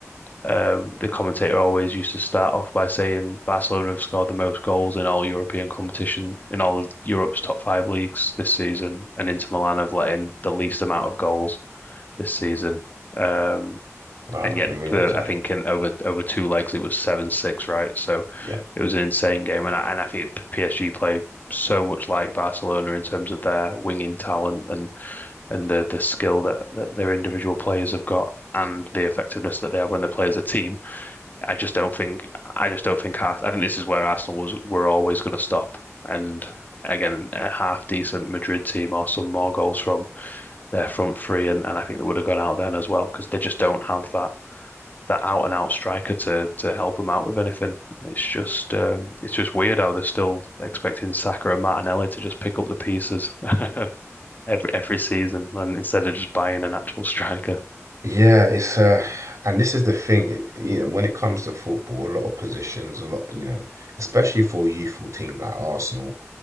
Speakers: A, on the left; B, on the right.
A: um the commentator always used to start off by saying Barcelona have scored the most goals in all European competition in all of Europe's top five leagues this season and Inter Milan have let in the least amount of goals this season. Um,
B: Wow,
A: and yet,
B: I didn't realize
A: the
B: that.
A: I think in over over two legs it was seven six, right? So
B: Yeah.
A: it was an insane game, and I, and I think PSG play so much like Barcelona in terms of their winging talent and and the the skill that, that their individual players have got. And the effectiveness that they have when they play as a team, I just don't think. I just don't think. Ars- I think this is where Arsenal was were always going to stop. And again, a half decent Madrid team or some more goals from their front three, and, and I think they would have gone out then as well because they just don't have that that out and out striker to to help them out with anything. It's just um, it's just weird how they're still expecting Saka and Martinelli to just pick up the pieces <laughs> every every season, and instead of just buying an actual striker.
B: Yeah, it's uh, and this is the thing, it- you know, when it comes to football, a lot of positions, a lot, you know, especially for a youthful team like Arsenal.